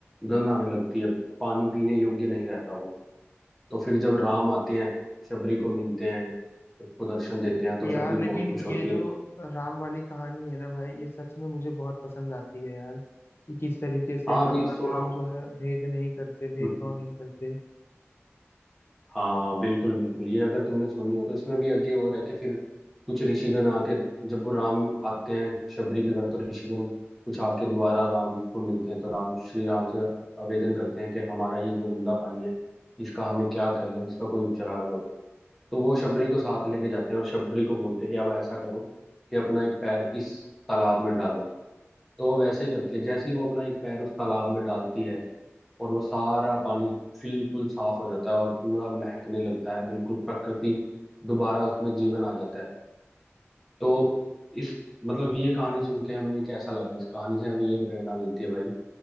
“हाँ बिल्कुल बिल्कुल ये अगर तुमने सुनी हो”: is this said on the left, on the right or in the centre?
Centre